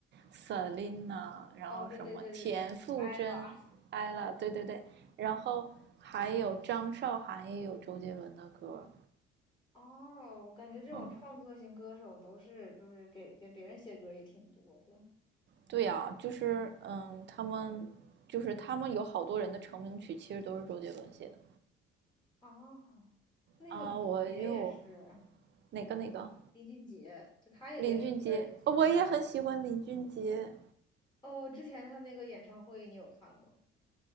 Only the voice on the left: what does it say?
哦，对对对对对，ella。
哦，我感觉这种创作型歌手都是就是给给别人写歌儿也挺多的。
哦，那个李俊杰也是，
李俊杰就他也给很多人写的。
哦，之前他那个演唱会你有看吗？